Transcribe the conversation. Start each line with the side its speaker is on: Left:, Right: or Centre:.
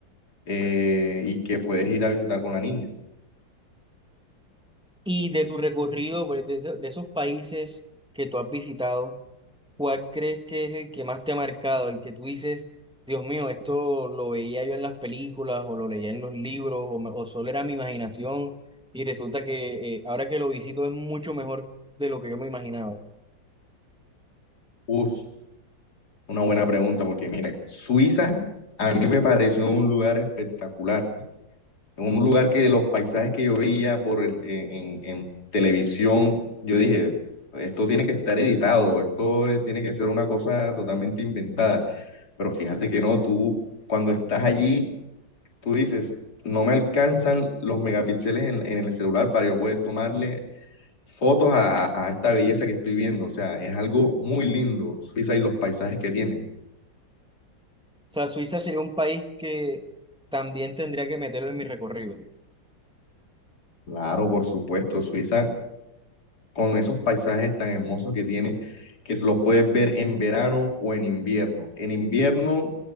Left: eh, y que puedes ir a visitar con la niña?
Centre: Y de tu recorrido, pues, de, de- de esos países que tú has visitado, ¿cuál crees que es el que más te ha marcado? El que tú dices, Dios mío, esto lo veía yo en las películas o lo leía en los libros o, me- o solo era mi imaginación y resulta que eh, ahora que lo visito es mucho mejor de lo que yo me imaginaba. O
Left: Uf, una buena pregunta, porque mira, Suiza a mí me pareció un lugar espectacular, un lugar que los paisajes que yo veía por el, en, en- en televisión, yo dije, esto tiene que estar editado, esto eh, tiene que ser una cosa totalmente inventada, pero fíjate que no, tú cuando estás allí, tú dices, no me alcanzan los megapíxeles en, en el celular para yo poder tomarle fotos a, a esta belleza que estoy viendo. O sea, es algo muy lindo, Suiza y los paisajes que tiene.
Centre: sea, Suiza sería un país que también tendría que meterlo en mi recorrido.
Left: Claro, por supuesto, Suiza con esos paisajes tan hermosos que tiene, que los puedes ver en verano o en invierno. En invierno,